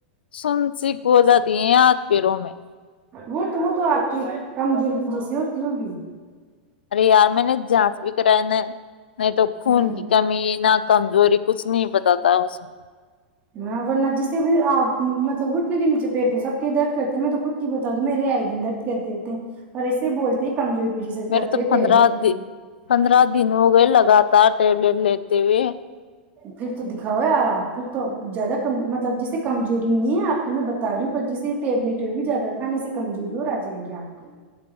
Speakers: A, on the left (about 80°); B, on the right (about 35°).
A: سن سک ہو جاتی ہے پیرو میں
B: وہ تو وہ تو آپ کی کمزور کی جیس ہوتی ہوگی
A: یار میں نے جانچ بھی کرائے نا نہیں تو خون
B: ہوں
A: کی کمی نہ کمزوری کچھ نہیں بتاتا اسب
B: ہاں ورنہ جسے بھی آپ مطلب گھٹنے کے نیچے پییر دو سب کے درد کرتے ہیں میں تو خود کی بتا دوں میرے آئے دن درد کرتے ہیں اور ایسے بولتے ہی کمزور کی وجہ سے
A: میرے
B: کرتے
A: تو پندرہ
B: پیٹ درد تو
A: د پندرہ دن ہو گئے لگات ٹٹیبلٹ لتیی
B: پھر تو دکھاؤ یار آپ پھر تو زیادہ ک مطلب جسے کمزوری نہیں ہے آپ کی میں بتا رہی ہوں پر جسے ٹیبلی ٹی بھی زیاہ کھانے سے کمزوری اور آ جائے گی آپ کی